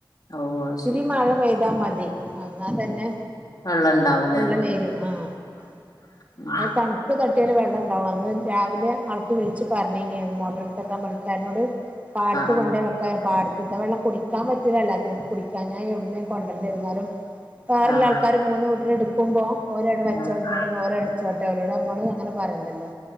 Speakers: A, on the left; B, on the right.
A: ഓ <inaudible>
B: ഇത്തിരി മഴ പെയ്താ മതി എന്നാ തന്നെ
A: വെള്ളം ഇണ്ടാവൂലേ
B: വെള്ളം കേറും ആഹ്
A: ഉം ആഹ്
B: തണു ഇപ്പ തട്ടിയാല് വെള്ളം ഉണ്ടാവും അന്ന് രാവിലെ ആൾക്ക് വിളിച്ച് പറഞ്ഞിനി മോട്ടർ എടുത്ത് വെക്കാൻ പണിക്കാരനോട് പാടത്ത്
A: ആഹ്
B: കൊണ്ട് വെക്കാൻ പാടത്തത്തെ വെള്ളം കുടിക്കാൻ പറ്റില്ലല്ലോ അത് ഞാൻ എവിടുന്ന് കൊണ്ടുണ്ടിരുന്നാലും വേറുള്ള
A: ആഹ്
B: ആൾക്കാർ മൂന്ന് വീട്ടുകാർ എടുക്കുമ്പോൾ ഒരട വച്ചോട്ടനോട്
A: ആഹ്
B: ഓരടച്ചോട്ടരോടെ നമ്മൾ അങ്ങനെ പറയണ്ടല്ലോ